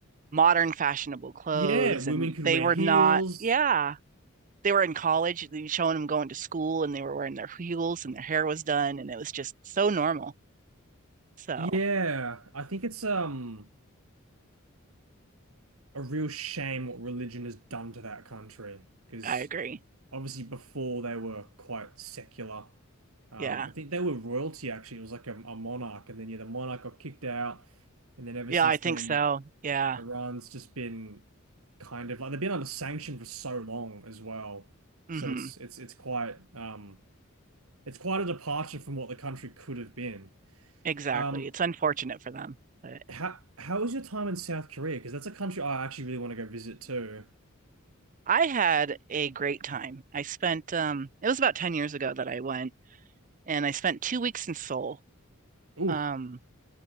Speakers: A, on the right; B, on the right.
A: modern fashionable clothes
B: Yeah, women
A: and
B: could
A: they
B: wear
A: were
B: heels.
A: not yeah they were in college you showing them going to school and they were wearing their heels and their hair was done and it was just so normal so
B: Yeah, I think it's um a real shame what religion has done to that country because
A: i agree
B: obviously before they were quite secular. Um,
A: Yeah.
B: I think they were royalty actually. It was like a, a monarch, and then yeah, the monarch got kicked out, and then ever
A: Yeah,
B: since
A: I think
B: then,
A: so. Yeah.
B: Iran's just been kind of like they've been under sanction for so long as well.
A: hmm
B: So it's it's it's quite um it's quite a departure from what the country could have been.
A: Exactly.
B: Um,
A: It's unfortunate for them, but
B: How how was your time in South Korea? Because that's a country I actually really want to go visit too.
A: I had a great time. I spent um it was about 10 years ago that I went and I spent 2 weeks in Seoul.
B: Ooh,
A: Um